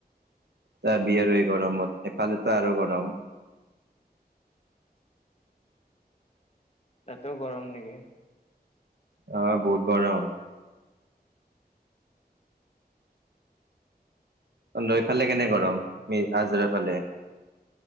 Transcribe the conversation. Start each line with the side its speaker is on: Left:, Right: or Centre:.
Right: আৰু এই গৰমত এফালেতো আৰু গৰম। <inaudible>
Left: তাতো গৰম নেকি?
Right: অ', বহুত গৰম। তহঁতৰ হেইফালে কেনে গৰম আজৰা ফালে?